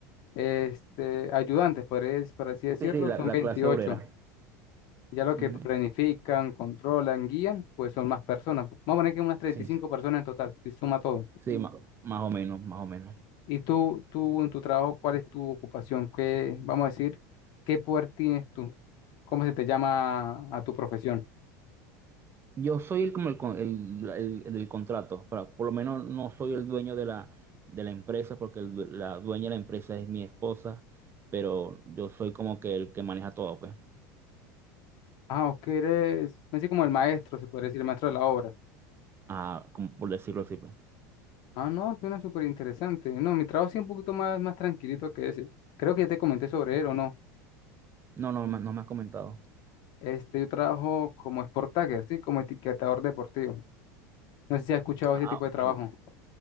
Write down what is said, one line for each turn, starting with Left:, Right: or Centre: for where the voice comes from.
Left: este, ayudantes, podría- por así decirlo,
Right: Sí, sí, la,
Left: son
Right: la
Left: veintiocho
Right: clase obrera.
Left: Ya lo
Right: Ujú.
Left: que planifican, controlan, guían, pues son más personas. Vamos a poner que unas treinta
Right: Sí,
Left: y cinco personas en total, si suma todo.
Right: sí, ma- más o menos, más o menos.
Left: Y tú, tú en tu trabajo, ¿cuál es tu ocupación? ¿Qué, vamos a decir, qué poder tienes tú? ¿Cómo se te llama a tu profesión?
Right: Yo soy el, como el, con- el, el- el del contrato, para, por lo menos no soy el dueño de la, de la empresa, porque el due- la dueña de la empresa es mi esposa, pero yo soy como que el que maneja todo, pues,
Left: Ah, ok, eres así como el maestro, se podría decir, el maestro de la obra.
Right: ah, como por decirlo así, pues.
Left: Ah, no, suena súper interesante. No, mi trabajo sí es un poquito más, más tranquilito que ese. Creo que ya te comenté sobre él o no.
Right: No, no, ma- no me ha comentado.
Left: Este, yo trabajo como sport tagger, ¿sí? Como etiquetador deportivo. No sé si has escuchado
Right: Ah,
Left: ese tipo
Right: ok.
Left: de trabajo.